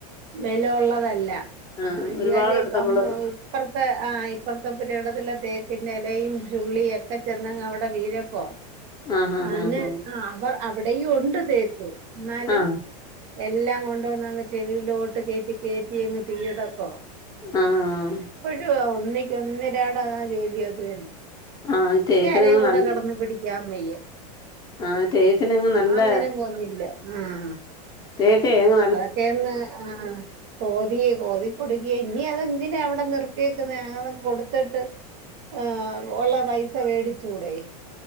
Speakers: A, on the right; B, on the left.
A: ബല ഉള്ളതല്ല
B: ആഹ്
A: ആ യായി
B: ഒരുപാടെടുത്ത്
A: ഇാര്
B: നമ്മള്
A: അമ്മ അ പ്പറത്തെ ആ ഇപ്പറത്തെ പുരി ഇടത്തില തേക്കിന്റെ ഇലയും ചുള്ളിയ ഒക്കെ ചെന്നങ്ങ് അവിടെ വീഴപ്ബോ
B: ആഹ് ആഹ്
A: അന്
B: ആഹ്
A: ആ അവർ അവിടെയും ഉണ്ട് തേക്ക് എന്നാലും
B: ആഹ്
A: എല്ലാം കൊണ്ട വന്ന് അങ്ങ് ചെവി യി ലോട്ട് കേറ്റി കേറ്റി അങ്ങ് തീയ് ട ക്കോ
B: ആഹ്
A: അ പ്പോഴും ഒന്നക്ക് ഒന്നരട ആ ജോലിയൊക്കെ
B: ആഹ്
A: എനിക്ക്
B: തേക്കിനങ്ങ്
A: ആരേ കൂടെ
B: നല്ല
A: കടന്ന പിടിക്കാമ്മയ്യ
B: ആഹ് തേക്കിനങ്ങ്
A: ഞാ
B: നല്ല
A: ൻ ഒന്നിനും പോന്നില്ല ആഹ്
B: ദെ തേങ്ങ
A: അതക്കെന്ന് ആഹ് കൊതിയെ കോതി കൊടുക്കിയ ഇനി അതെന്തിനാ അവിടെ നിർത്തിയേക്കുന്ന അങ്ങ കൊടുത്തിട്ട് ആഹ് ഉള്ള പൈസ മേടിച്ചൂടെ